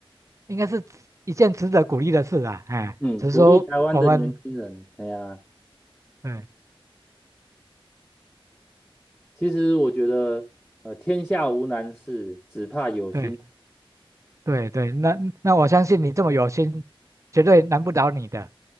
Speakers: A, on the right; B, in the centre.
A: 应该是一件值得鼓励的事啦，哎，
B: 嗯，
A: 只是说我们，
B: 鼓励台湾的年轻人。哎呀，
A: 嗯，
B: 其实我觉得，呃，天下无难事，只怕有心。
A: 对对对，那那我相信你这么有心，绝对难不倒你的，